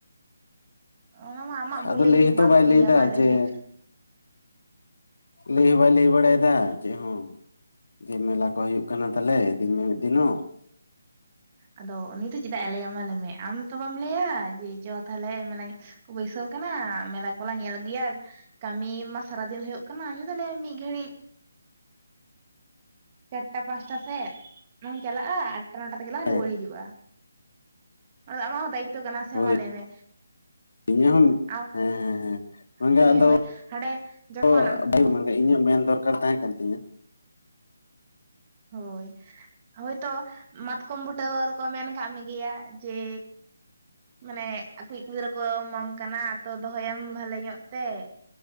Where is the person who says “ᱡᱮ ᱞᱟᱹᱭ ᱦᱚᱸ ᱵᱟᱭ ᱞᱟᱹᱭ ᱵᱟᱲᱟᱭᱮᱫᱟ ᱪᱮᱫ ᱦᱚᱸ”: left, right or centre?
Left